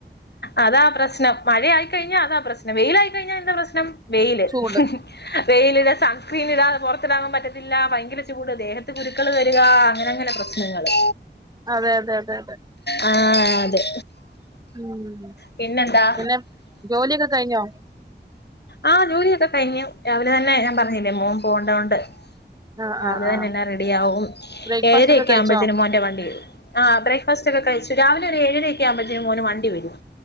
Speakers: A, on the left; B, on the right.
A: അതാ പ്രശ്നം മഴ ആയിക്കഴിഞ്ഞാൽ അതാ പ്രശ്നം വെയിലായി ആയിക്കഴിഞ്ഞ എന്താ പ്രശ്നം? വെയില്
B: ചൂട്
A: ഹ് വെയിലിനെ താ സ്ക്രീനീടാതെ പുറത്തിറങ്ങാൻ പറ്റത്തില്ല ഭയങ്കര ചൂട് ദേഹത്ത് കുരുക്കൾ വരിക അങ്ങനെ അങ്ങനെ പ്രശ്നം പ്രശ്നങ്ങള്
B: അതെ അതെ അതെ അതെ
A: ആഹ് അതെ
B: ഉം
A: പിന്നെന്താ?
B: പിന്നെ ജോലിയൊക്കെ കഴിഞ്ഞോ
A: ആഹ് ജോലിയൊക്കെ കഴിഞ്ഞു രാവിലെ തന്നെ ഞാൻ പറഞ്ഞില്ലേ മോൻ പോകണ്ടോണ്ട്
B: ആഹ്
A: രാവിലെ
B: ആഹ്
A: തന്നെ
B: ആഹ്
A: എല്ലാം റെഡിയാവും
B: ബ്രേക്ക്ഫാസ്റ്റ്
A: ഏഴരയൊക്കെ
B: ഒക്കെ കഴിച്ചോ
A: ആവുമ്പഴത്തിന് മോന്റെ വണ്ടി വരും ആഹ് ബ്രേക്ഫാസ്റ് ഒക്കെ കഴിച്ചു രാവിലെ ഒരു ഏഴര ഒക്കെ ആവുമ്പഴത്തേും മോന് വണ്ടി വരും